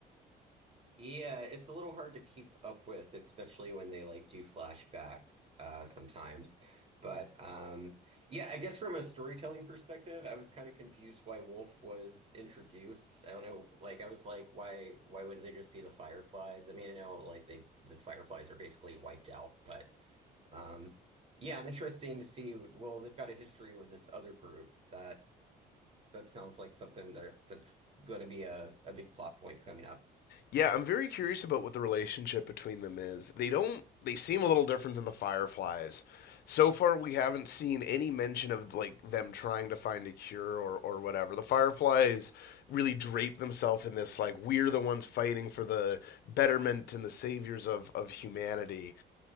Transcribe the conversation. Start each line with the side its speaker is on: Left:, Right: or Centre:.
Right: Yeah, it's a little hard to keep up with, especially when they like do flashbacks uh, sometimes. But um, yeah, I guess from a storytelling perspective, I was kind of confused why Wolf was introduced. I don't know, like I was like, why why wouldn't they just be the Fireflies? I mean, I know like they the Fireflies are basically wiped out, but um, yeah, I'm interesting to see. Well, they've got a history with this other group that that sounds like something that that's going to be a, a big plot point coming up.
Left: Yeah, I'm very curious about what the relationship between them is. They don't they seem a little different than the Fireflies. So far we haven't seen any mention of like them trying to find a cure or or whatever. The Fireflies really drape themselves in this like we're the ones fighting for the betterment and the saviors of of humanity.